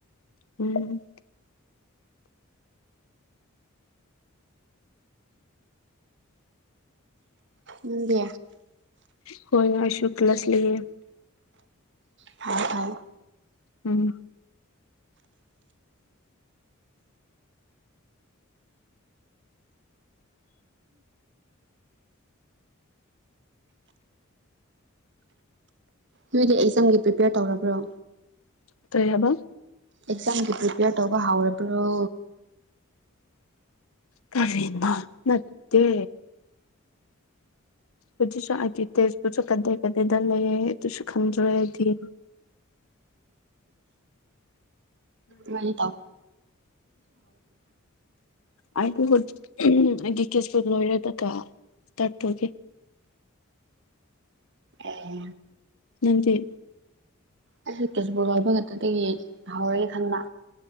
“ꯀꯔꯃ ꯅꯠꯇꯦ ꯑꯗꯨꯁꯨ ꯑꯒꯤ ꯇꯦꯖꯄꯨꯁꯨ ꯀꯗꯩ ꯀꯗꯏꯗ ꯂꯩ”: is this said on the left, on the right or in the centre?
Left